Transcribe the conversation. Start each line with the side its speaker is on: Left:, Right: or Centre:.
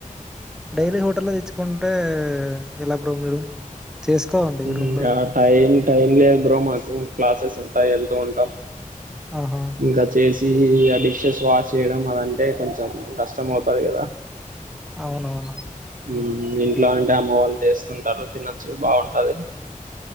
Centre: డైలీ హోటల్లో తెచ్చుకుంటే ఎలా బ్రో మీరు చేసుకోవండి
Right: ఇంకా
Centre: రూమ్ లో
Right: టైం టైం లేదు బ్రో మాకు క్లాసెస్ ఉంటాయి వెళ్తూ ఉంటాం
Centre: ఆహా
Right: ఇంకా చేసి ఆ డిషెస్ వాష్ చేయ్యడం అలా అంటే కొంచెం కష్టం అవుతది కదా
Centre: అవునవును
Right: ఉ ఇంట్లో అంటే అమ్మ వాళ్ళు చేస్తుంటారు తినొచ్చు బాగుంటది